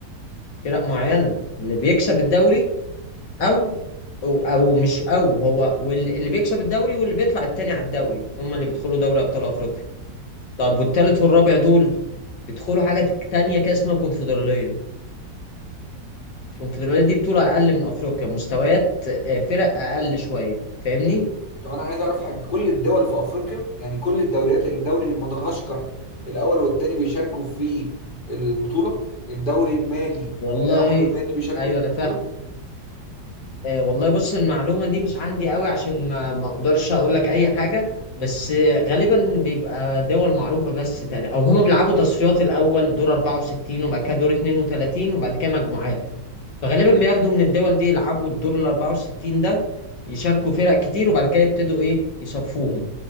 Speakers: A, on the left (about 80°); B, on the left (about 30°).
A: فرق معينة اللي بيكسب الدوري او او او مش او هو واللي اللي بيكسب الدوري واللي بيطلع التاني على الدوري هم اللي بيدخلوا دوري ابطال افريقيا طب والتالت والرابع دول بيدخلوا حاجة تك- تانية كده اسمها كونفدرالية الكونفدرالية دي بطولة أقل من أفريقيا مستويات آه، فرق أقل شوية فاهمني؟
B: طب انا عايز اعرف حاجه كل الدول في افريقيا يعني كل الدوريات يعني الدوري مدغشقر الاول والثاني بيشاركوا في البطوله الدوري المالي
A: والله
B: الاول والثاني بيشاركوا
A: أيوه
B: في البطوله
A: أنا فاهم آه، والله بص المعلومة دي مش عندي قوي عشان ما ما أقدرش أقول لك أي حاجة بس آه، غالبا بيبقى دول معروفة بس تقريبا أو هما بيلعبوا تصفيات الأول دور 64 وبعد كده دور 32 وبعد كده مجموعات فغالبا بياخدوا من الدول دي يلعبوا الدور ال 64 ده يشاركوا فرق كتير وبعد كده يبتدوا إيه يصفوهم